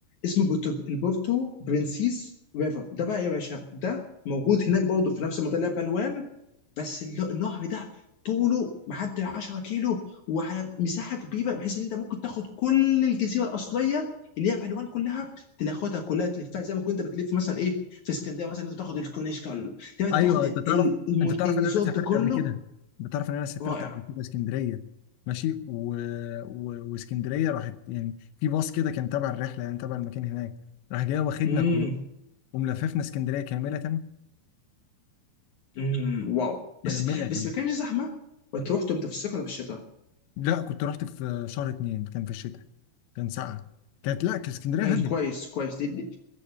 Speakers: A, on the left; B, on the left.
A: اسمه بورتو البورتو برنسيس ريفر ده بقى يا باشا ده موجود هناك برضه في نفس المنطقه اللي هي بلوان بس الل- النهر ده طوله معدي ال 10 كيلو وعلى مساحه كبيره بحيث ان انت ممكن تاخد كل الجزيره الاصليه اللي هي بهلوان كلها تاخدها كلها تلفها زي ما كنت بتلف مثلا ايه في اسكندريه مثلا انت بتاخد الكورنيش كله دلوقتي انت
B: ايوه
A: بتاخد ال-
B: انت تعرف
A: ال- المن-
B: انت تعرف
A: الريزورت
B: ان انا سافرت
A: كله
B: قبل كده انت تعرف ان انا سافرت
A: رائع
B: قبل كده اسكندريه ماشي و... و... واسكندريه راحت يعني في باص كده كان تبع الرحله يعني تبع المكان هناك راح جاي واخدنا
A: امم
B: كل وملففنا اسكندريه كامله
A: امم واو بس
B: كامله
A: بس ما كانش زحمه وانت رحت امتى في الصيف ولا في الشتاء؟
B: لا كنت رحت في شهر اتنين كان في الشتاء كان ساقعه كانت لا كانت اسكندريه
A: امم
B: هاديه
A: كويس كويس ليه ليه-